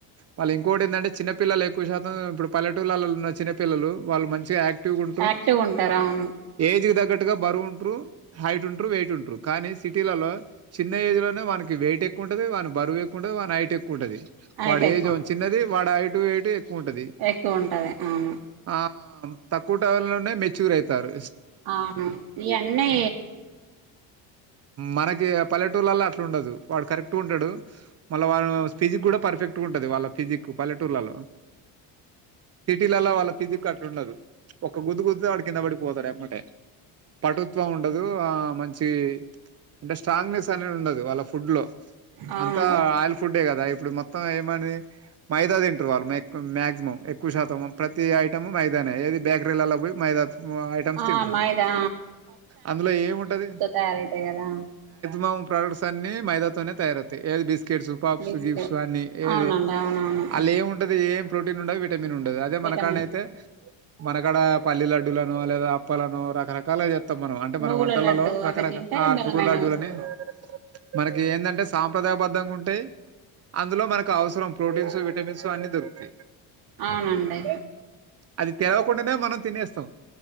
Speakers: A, on the right; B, on the right.
A: వాళ్ళ ఇంకోటి ఏందంటే చిన్న పల్లలు ఎక్కువ శాతం ఇప్పు పల్లెటూరులలో ఉన్నపిల్లలు వాళ్ళు మంచిగా యాక్ క్టివ్ గా ఉంటరు
B: యాక్టివ్ ఉంటారు అవును
A: ఏజ్ కు దగ్గ ట్టుగా బరువు ఉంట్రు హైట్ ఉంట్రు వెయిట్ ఉంట్రు కానీ సిటీలలో చిన్న ఏజ్ లోనే వాననికి వెయిట్ ఎక్కువుంటది వాని బరువు ఎక్కువ్వుంటది వాని హైట్ ఎక్కు ఉంటది
B: హైట్
A: వాడు
B: ఎక్కువ
A: ఏజ్ ఏంమో చిన్నది వాడయిటు వెయిటు ఎ క్కు ఉంటది
B: ఎక్కువ ఉంటది అవును
A: ఆ తక్కువ <unintelligible> మెచ్యూర్ అయితారు
B: అవును ఈ అన్నే
A: మనకి పల్లెటూరులలో అట్లా ఉండదు వాడు కరెక్ట్ ఉంటాడు మళ్ళ వాళ ఫిజిక్ కూడా పర్ఫెక్ట్ గా ఉంటది వాళ్ళ ఫిజిక్ పల్లెటూర్లలో సిటీలలో వాళ్ళ ఫిజిక్ అట్ల ఉండదు ఒక గుద్దుగుద్దుతే వాడికి కింద పడి పోతడు ఎమ్మటే పటుుత్వం ఉండదు ఆ మంచి అంటే స్ట్రాంగ్నెస్ అనేది ఉండదు వాళ్ళ ఫుడ్ లో
B: అవునండి
A: అంతా ఆయిల్ ఫుడ్డే కదా ఇప్పుడు మొత్తం ఏమ్ బాగుంటుంది మైదా తింటారు వాళ్ళు మేక్ మాక్సిమం ఎక్కువ శాతం ప్రతి ఐటమ్ మైదానే ఏది బేకరీలలో పోయి మైదా ఐటమ్స్
B: ఆ
A: తింటరు
B: మైదా
A: అందులో ఏముంటది
B: తయారు అయితాయ్ కదా
A: మం ప్రాడక్ట్స్ అన్ని మైదాతోనే తయారవుతాయ్ ఏది biscuits puffs
B: biscuit
A: gifts అన్ని ఏది
B: అవునండి అవునవును
A: అలా ఏముంటది ఏం ప్రోటీన్ ఉండవి వి విటమిన్ ఉండదు అదే
B: విటమిన్
A: మనకాన్నయితే మనకాడ పల్లీ లడ్డూలనో లేదా అప్పలనో రకరకాల గా చె త్తం మనం అంటే మన
B: నువ్వుల
A: వంటలలో
B: లడ్డు
A: రకరక
B: అవి తింటే
A: ఆ న
B: బలమైన
A: నువ్వుల లడ్డూలని
B: వస్తువులు
A: మనకి ఏందంటే సాంప్రదాయ పద్దంగ ఉంటాయి అందులో మనకు అవసరం ప్రోటీన్స్ వి విటమిన్స్ అన్ని దొరుకుతాయి
B: అవునండి
A: అది తెల్వకుండానే మనం తినేస్ స్తాం